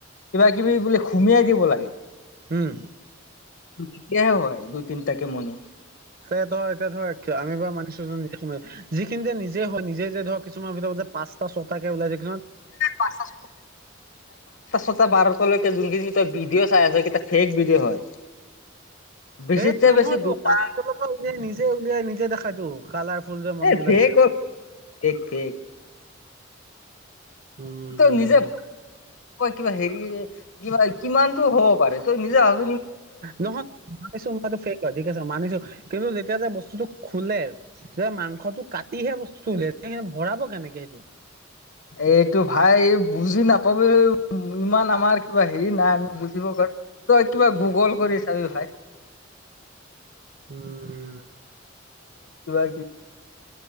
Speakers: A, on the left; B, on the right.
A: কিবা কিবি বোলে খুমিয়াই দিব লাগে
B: উম
A: <unintelligible> তিনটাকে মণি
B: তে ধৰ এতিয়া ধৰ <unintelligible> যিখিনি যে নিজে হয় নিজে যে ধৰক কিছুমানৰ ভিতৰত যে পাঁচটা ছটাকে ওলাই য
A: পাঁচটা ছটা বাৰটা লৈকে যোনখিনি। এ ভিডিঅ' চাই আছ এইকেইটা ফেক ভিডিঅ' হয় বেছিতছে
B: হেই নহয়তো
A: বেছি দুটা
B: মাটি তলৰ পৰা উলিয়াই নিজে উলিয়াই নিজে দেখাইতো কালাৰ ফুল যে মণি
A: এ
B: ওলাই
A: ফেক
B: যায়
A: অ ফেক ফেক
B: উম
A: তই নিজে ক কিবা হেৰি কিবা কিমানতটো হ'ব পাৰে তই নিজে ভ
B: নহয় মানিছো মইটোে হয় ঠিক আছে মানিছো কিন্তু যেতিয়া যে বস্তুটো। খোলে যে মাংসটো কাটিহে বস্তুটো উলিয়াই ভৰাব কেনেকে সেইটো
A: এইটো ভাই বুজি নাপ ইমান আমাৰ কিবা হেৰি নাই আমি বুজিব পাৰো ত। কিবা গুগল কৰি চাবি ভাই।
B: উম
A: বাকী?